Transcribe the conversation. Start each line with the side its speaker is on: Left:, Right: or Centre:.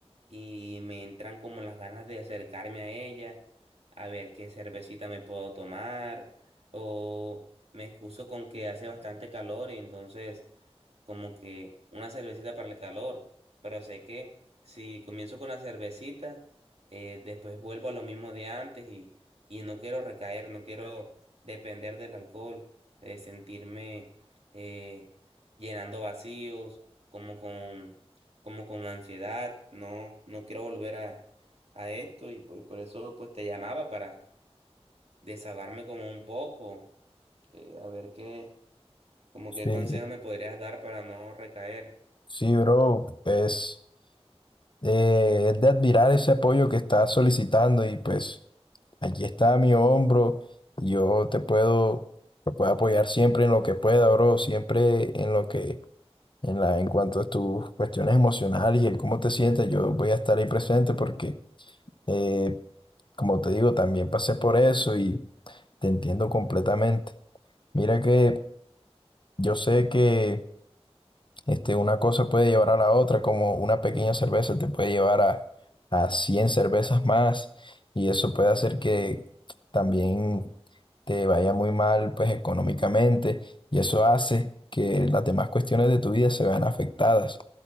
Right: y me entran como las ganas de acercarme a ella, a ver qué cervecita me puedo tomar o me excuso con que hace bastante calor y entonces como que una cervecita para el calor, pero sé que si comienzo con la cervecita, eh, después vuelvo a lo mismo de antes y, y no quiero recaer, no quiero depender del alcohol, eh, sentirme eh, llenando vacíos, como con, como con ansiedad, no, no quiero volver a, a esto y pues por eso pues te llamaba para desahogarme como un poco, eh, a ver qué, como
Left: Sí,
Right: qué consejo me podrías dar para no recaer.
Left: sí, bro, pues eh, es de admirar ese apoyo que estás solicitando y pues aquí está mi hombro, yo te puedo, te puedo apoyar siempre en lo que pueda, bro, siempre en lo que En la, en cuanto a tus cuestiones emocionales y el cómo te sientes, yo voy a estar ahí presente porque, eh, como te digo, también pasé por eso y te entiendo completamente. Mira que yo sé que este, una cosa puede llevar a la otra, como una pequeña cerveza te puede llevar a, a 100 cervezas más y eso puede hacer que también te vaya muy mal, pues, económicamente y eso hace que las demás cuestiones de tu vida se vean afectadas.